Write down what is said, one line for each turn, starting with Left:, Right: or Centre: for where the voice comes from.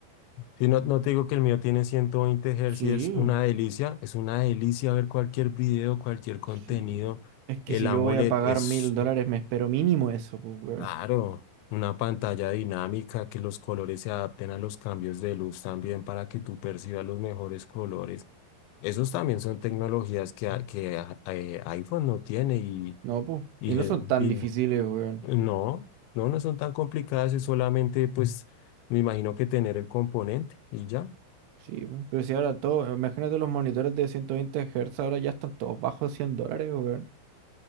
Left: Si no, no te digo que el mío tiene 120 Hz
Right: Sí,
Left: y es una delicia, es una delicia ver cualquier video, cualquier contenido.
Right: sí. Es que
Left: El
Right: si
Left: AMOLED
Right: yo voy a pagar
Left: es,
Right: mil dólares, me espero mínimo eso, pues, weón.
Left: claro, una pantalla dinámica, que los colores se adapten a los cambios de luz también para que tú percibas los mejores colores. Esos también son tecnologías que, a- que a- eh, iPhone no tiene y,
Right: No, pues.
Left: y,
Right: Y
Left: le-
Right: no son tan
Left: y
Right: difíciles, weón.
Left: no, no, no son tan complicadas, es solamente pues me imagino que tener el componente y ya.
Right: Sí, weón, pero si ahora todo, imagínate los monitores de 120 Hz, ahora ya están todos bajo 100 dólares, weón.